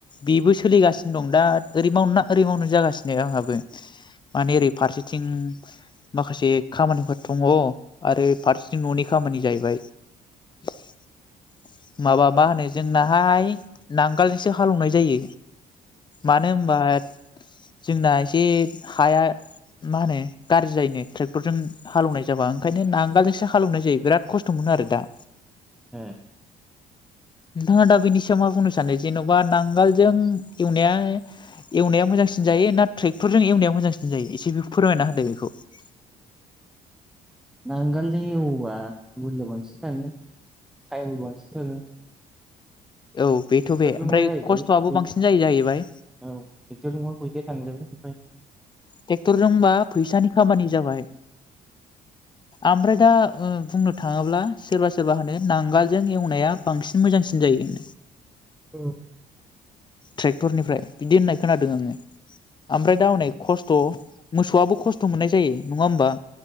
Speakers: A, on the left; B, in the centre.
A: बेबो सोलिगासिनो दं दा ओरै माव ना ओरै मावनो जागासिनो आंहाबो माने ओरै फारसेथिं माखासे खामानिफोर दङ' आरो फारसेथिं ननि खामानि जाहैबाय <inaudible> माबा मा होनो जोंनाहाय नांगोलजोंसो हालौनाय जायो मानो होनबा जोंना एसे हाया मा होनो गाज्रि जायोनो ट्रेक्टरजों हालेवनाय जाबा ओंखायनो नांगोलजोंसो हालेवनाय जायो बिराद खस्थ मोनो आरो दा।
B: ए।
A: नोंथाङा दा बेनि सायाव मा बुंनो सानो जेनबा नांगोलजों एवनाया मोजांसिन जायो ना ट्रेक्टरजों एवनाया मोजांसिन जायो एसे बेखौ फोरमायना होदो बेखौ ।
B: नांगोलजों एवोबा बोलो बांसिन थाङो टाइमबो बांसिन थाङो
A: औ बेथ'
B: ट्रेक्टर
A: बे
B: जोंबा
A: ओमफ्राय
B: जाहैबाय
A: खस्थ'आबो
B: <unintelligible>
A: बांसिन जायो जाहैबाय
B: औ ट्रेक्टर बा बै <unintelligible>
A: ट्रेक्टरजोंबा फैसानि खामानि जाबाय ओमफ्राय दा ओ बुंनो थाङोब्ला सोरबा सोरबा होनो नांगोलजों एवनाया बांसिन मोजांसिन जायो होनो।
B: औ
A: ट्रेक्टरनिफ्राय बिदि होननाय खोनादों आङो ओमफ्राय दा अनेक खस्थ मोसौआबो खस्थ मोननाय जायो नङा होमबा?